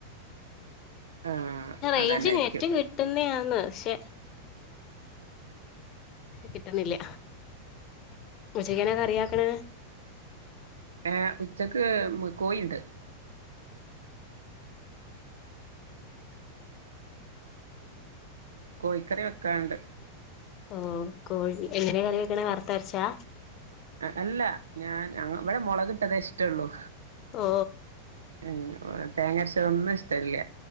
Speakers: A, on the right (about 70°); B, on the left (about 35°).
A: ആഹ്
B: റേഞ്ച്
A: അതന്നായിക്കും
B: നെറ്റ് കിട്ടുന്നത ആന്ന് പക്ഷെ കിട്ടുന്നില്ല ഉച്ചക്കെന്ന കറിയാക്കണ
A: ഏ് ഉച്ചക്ക് കോഴിണ്ട് കോഴിക്കറി വെക്കാണ്ട്
B: ഓ കോഴി എങ്ങനെ കറി വെക്കണ വറുത്ത അരച്ചാ
A: അല്ല ഞാൻ ഇവിടെ മുളക് ട്ടതെ ഇഷ്ടള്ളു
B: ഓ
A: ഉ തേങ്ങരച്ചതൊന്നും ഇഷ്ടമല്ല